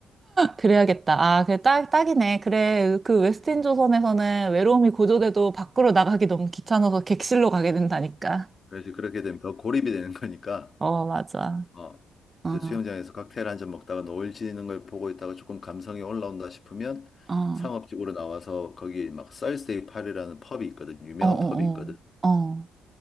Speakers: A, on the right; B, on the left.
A: 그래야겠다. 아, 그래, 딱, 딱이네. 그래, 그 웨스틴
B: 어.
A: 조선에서는 외로움이 고조돼도
B: 어.
A: 밖으로 나가기 너무 귀찮아서 객실로 가게 된다니까.
B: 그래서 그렇게 되면 더 고립이 되는 거니까,
A: 어, 맞아.
B: 어,
A: 어,
B: 이제 수영장에서 칵테일 한 잔 먹다가 노을 지는 걸 보고 있다가 조금 감성이 올라온다 싶으면
A: 어,
B: 상업지구로 나와서 거기 막 썰스데이 파이라는 펍이 있거든. 유명한
A: 어, 어,
B: 펍이 있거든.
A: 어, 어.